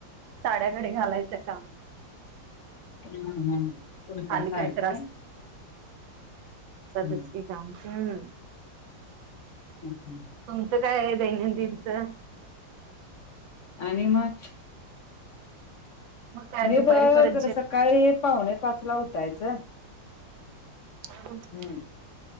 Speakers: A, on the right; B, on the left.
A: साड्याकडे घडी घालायचं काम.
B: हम्म हम्म तुमचा
A: खाली
B: साडी
A: तर
B: काय? हं,
A: स्वतःच की काम हम्म.
B: हं, हं.
A: तुमचं काय आहे दैनंदिनचं?
B: आणि मग
A: मग काय
B: मी
A: दुपारी
B: बघ
A: परत जेवण
B: सकाळी पावणे पाच ला उठायचं.
A: <unintelligible>
B: हम्म